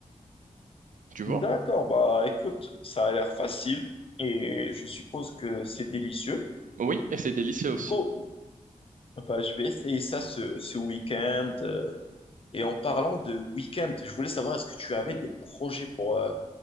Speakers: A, on the right (about 80°); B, on the left (about 45°).
A: Tu vois?
B: D'accord, bah écoute, ça a l'air facile et je suppose que c'est délicieux.
A: Oui, et c'est délicieux aussi.
B: Du coup, bah, je vais essayer ça ce, ce week-end. Et en parlant de week-end, je voulais savoir est-ce que tu avais des projets pour, euh,